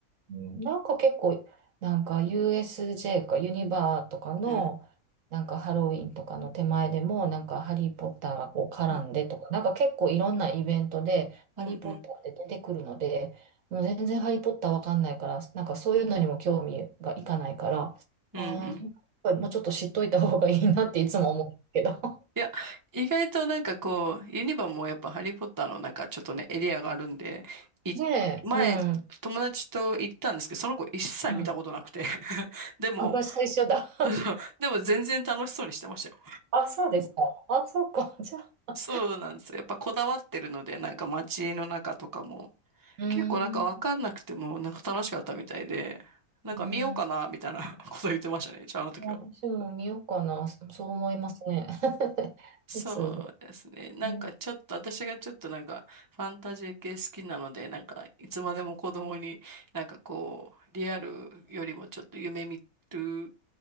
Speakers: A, on the right; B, on the right.
A: うん、なんか結構、なんか USJ かユニバーとかの、
B: うん、
A: なんかハロウィンとかの手前でも、なんかハリー・ポッターがこう絡んでとか、
B: うん、
A: なんか結構いろんなイベントで、ハリー・
B: うん、
A: ポッターって出てくるので、
B: うん、
A: もう全然ハリー・ポッターわかんないから、なんかそういうのにも興味がいかないから、
B: うん。
A: ああ、
B: うん
A: やっぱりもうちょっと知っといた方がいいなっていつも思うんですけど。
B: いや、意外となんかこう、ユニバもやっぱハリーポッターのなんかちょっとね、エリアがあるんで、い、
A: ねえ、
B: 前、
A: うん、
B: 友達と行ったんですけど、その子一切見たことなくて
A: うん。
B: <laughs> でも、
A: あ、私と一緒だ。
B: <laughs> でも全然楽しそうにしてましたよ。
A: あ、そうですか。あ、そうか。じゃあ、
B: そうなんですよ。やっぱこだわってるので、なんか街の中とかも、
A: うーん、
B: 結構なんかわかんなくても、なんか楽しかったみたいで、なんか見ようかな、
A: うん。
B: みたいな <laughs> こと言ってましたね、じゃああの時は。
A: 私も見ようかな。そそう思いますね。<laughs>
B: そうですね。
A: 普通で。
B: なんかちょっと、
A: うん、
B: 私がちょっとなんかファンタジー系好きなので、なんかいつまでも子供になんかこう、リアルよりもちょっと夢見る、